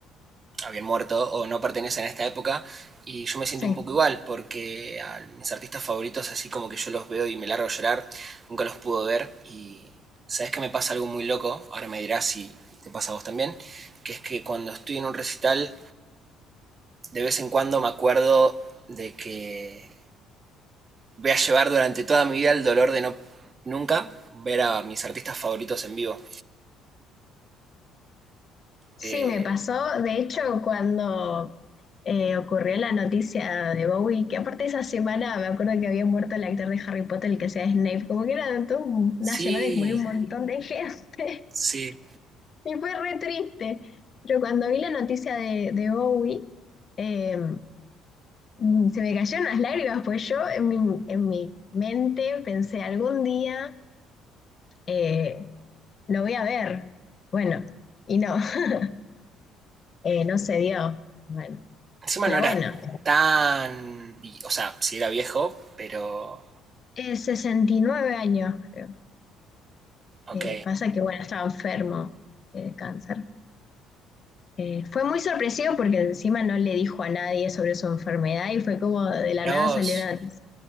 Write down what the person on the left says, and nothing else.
sí.
Sí,
me pasó, de hecho, cuando eh, ocurrió la noticia de Bowie, que aparte esa semana me acuerdo que había muerto el actor de Harry Potter, el que sea Snape, como que era toda una
semana que murió un Sí. montón de gente
<laughs> y fue re triste. Pero cuando vi la noticia de, de Bowie, eh, mm, se me cayeron las lágrimas, pues yo en mi, en mi mente pensé, algún día eh, lo voy a ver. Bueno, y no, <laughs> eh, no se dio. Bueno,
Pero
bueno,
eh, 69 años, creo.
Eh, pasa que, bueno, estaba enfermo de cáncer. Eh, fue muy sorpresivo porque encima no le dijo a nadie sobre su enfermedad y fue como de la
nada
salió la noticia